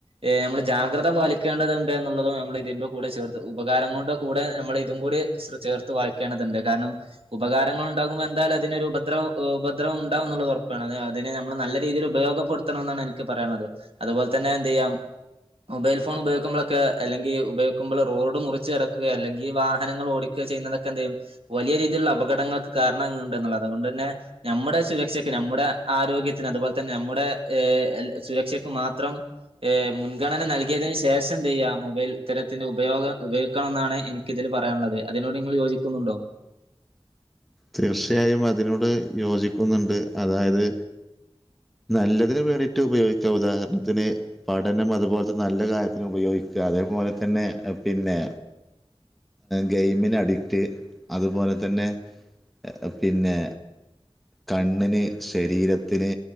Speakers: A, on the right; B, in the centre.
A: ഏഹ് നമ്മള് ജാഗത പാലിക്കേണ്ടതുണ്ട് എന്നുള്ളതും നമ്മൾ ഇതിന്റെറെ കൂടെ ചേർത്ത് ഉപകാരങ്ങളുടെ കൂടെ നമ്മൾ ഇതും കൂടി <unintelligible> ഇത് ചേർത്ത് വായിക്കേണ്ടതുണ്ട് കാരണം ഉപകാരങ്ങൾ ഉണ്ടാകുമ്പോ എന്തായാലും അതിനൊരു ഉപദ്രവം ഉപദ്രവം ഒരു ഉണ്ടാവെന്നുള്ളതുറപ്പാണ് അത് അതിന് നമ്മൾ നല്ല രീതിയിൽ ഉപയോഗപ്പെടുത്തണം എന്നാണ് എനിക്ക് പറയാനുള്ളത് അതുപോലെ തന്നെ എന്ത് ചെയ്യാം മൊബൈൽ ഫോൺ ഉപയോഗിക്കുമ്പോളൊക്കെ അല്ലെങ്കിൽ ഉപയോഗിക്കുമ്പോൾ റോഡ് മുറിച്ച് കടക്കുക അല്ലെങ്കി വാഹനങ്ങൾ ഓടിക്കു ചെയ്യുന്നതൊക്കെ എന്തെയ്യും വലിയ രീതിയിലുള്ള അപകടങ്ങൾക്ക് കാരണങ്ങൾ ഉണ്ടെന്നുള്ളത് അതുകൊണ്ട് തന്നെ നമ്മുടെ സുരക്ഷയ്ക്ക് നമ്മ നമ്മുടെ ആരോഗ്യത്തിന് അതുപോലെ തന്നെ നമ്മുടെ ഏ സുരക്ഷക്ക് മാത്രം ഏ മുൻഗണന നൽകിയതിന് ശേഷം എന്തെയ്യ മൊബൈൽ ഇത്തരത്തിൽ ഉപയോഗം ഉപയോഗിക്കണം എന്നാണ് എനിക്കിതിൽ പറയാനുള്ളത് അതിനോട് നിങ്ങൾ യോജിക്കുന്നുണ്ടോ
B: തീർച്ചയായും അതിനോട് യോജിക്കുന്നുണ്ട് അതായത് നല്ലതിന് വേണ്ടിയിട്ട് ഉപയോഗിച്ചോ ഉദാഹരണത്തിന് പഠനം അതുപോലത്തെ നല്ല കാര്യത്തിന് ഉപയോഗി അതേപോലെ തന്നെ പിന്നെ ഗെയിമിന് അഡിക്റ്റ് അതുപോലെ തന്നെ ഏ പിന്നെ കണ്ണിന് ശരീരത്തിന്